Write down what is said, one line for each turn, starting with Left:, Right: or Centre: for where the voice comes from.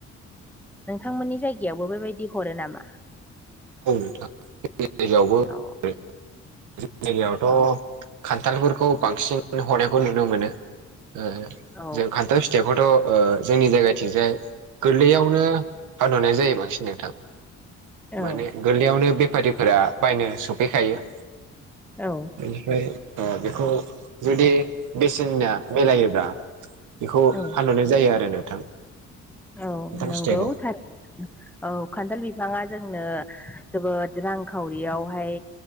Centre: नोंथांमोननि जायगायावबो बेबायदि हरो नामा?
Right: औ नोंथां जोंनि जायगायावबो हरो
Centre: औ
Right: जोंनि जायगायावथ'
Centre: औ
Right: खान्थालफोरखौ बांसिन हरनायखौ नुनो मोनो, ओ
Centre: औ
Right: जों खान्थाल फिथाइखौथ' ओ जोंनि जायगाथिंजाय गोरलैयावनो फानहरनाय जायो। बांसिन नोंथां,
Centre: औ
Right: माने गोरलैयावनो बेफारिफोरा बायनो सोंफैखायो।
Centre: औ
Right: बेनिफ्राय बेखौ जुदि बेसेनया मिलायोब्ला, बेखौ
Centre: औ
Right: फानहरनाय जायो। आरो नोंथां,
Centre: औ
Right: नोंथां
Centre: नंगौ
Right: फिथाइखौ
Centre: थार औ खान्थाल बिफाङा जोंनो जोबोद रांखावरियावहाय,